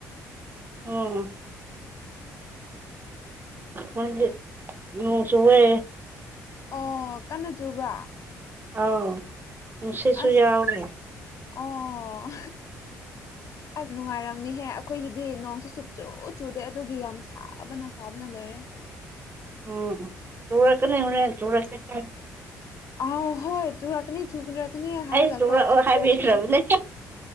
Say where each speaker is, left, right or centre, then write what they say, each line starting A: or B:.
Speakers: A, on the right (about 30°); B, on the left (about 50°).
A: ꯎꯝ ꯑꯩꯈꫭꯏꯗꯤ ꯅꫭꯡ ꯆꯨꯋꯦ
B: ꯑꯣ ꯀꯟꯅ ꯆꯨꯕ꯭ꯔꯥ
A: ꯑꯥꯎ ꯅꯨꯡꯁꯤꯠꯁꯨ
B: ꯑꯁ
A: ꯌꯥꯎꯔꯦ
B: ꯑꯣ ꯑꯁ ꯅꯨꯡꯉꯥꯏꯔꯝꯅꯤꯍꯦ ꯑꯩꯈꯣꯏꯗꯗꯤ ꯅꯣꯡꯁꯨ ꯁꯨꯞꯆꯨ ꯆꯨꯗꯦ ꯑꯗꯨꯒꯤ ꯌꯥꯝ ꯁꯥꯕꯅ ꯁꯥꯕꯅ ꯂꯣꯏꯔꯦ
A: ꯎꯝ ꯆꯨꯔꯛꯀꯅꯤ ꯍꫭꯔꯦꯟ ꯆꯨꯔꯛꯀꯅꯤ
B: ꯑꯥꯎ ꯍꯣꯏ ꯆꯨꯔꯛꯀꯅꯤ ꯆꯨꯔꯛꯀꯅꯤ ꯍꯔꯒꯀꯣ
A: ꯑꯩ ꯆꯨꯔꯛꯑꯣ
B: ꯁꯨꯛꯆꯨ
A: ꯍꯥꯏꯕꯤꯈ꯭ꯔꯕꯅꯦ
B: ꯆꯨꯗꯦ